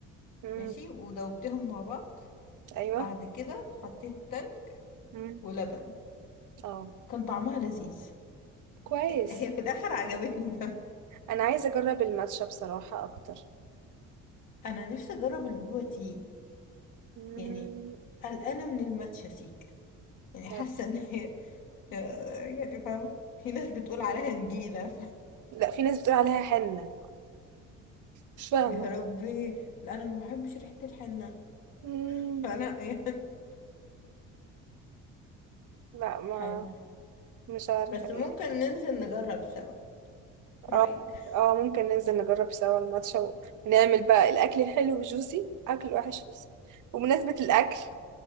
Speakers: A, on the right (about 65°); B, on the left (about 70°).
A: مم.
B: ماشي ودوبتهم مع بعض
A: ايوه
B: بعد كده حطيت تلج
A: مم.
B: ولبن
A: اه
B: كان طعمها لذيذ
A: كويس
B: هي في الآخر عجبتني فاهمة
A: انا عايزة اجرب الماتشا بصراحة اكتر
B: أنا نفسي أجرب البوبا تي
A: مم.
B: يعني قلقانة من الماتشا سيكا يعني حاسة
A: لا
B: إن هي <laughs> يعني فاهمة في ناس بتقول عليها نجيلة
A: لا، في ناس بتقول عليها حنة مش فاهمة
B: يا ربي لا انا ما بحبش ريحة الحنة
A: مم.
B: <laughs> فانا يعني
A: لا ما
B: حلو
A: مش عارفة
B: بس ممكن
A: ايه
B: ننزل نجرب سوا رأيك
A: اه اه ممكن ننزل نجرب سوا الماتش ونعمل بقى الأكل الحلو جوسي أكل الوحش جوسي وبمناسبة الأكل